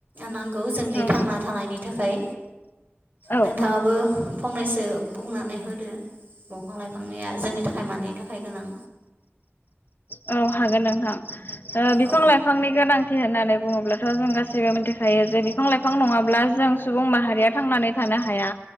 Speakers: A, on the right (about 45°); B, on the left (about 50°).
A: नांगौ जोंनि
B: औ
A: थांना थानायनि थाखाय
B: औ
A: नोंथाङाबो।
B: औ
A: फंनैसो बुंनानै होदो। दंफां लाइफांनि जोंनि थाखाय मानैनि थाखाय गोनां।
B: औ हागोन नोंथां बिफां
A: औ
B: लाइफांनि गोनांथि होननानै। बुङोब्लाथ जों गासैबो मिथिखायो जे बिफां लाइफां नङाब्ला जों सुबुं माहारिया थांनानै थानो हाया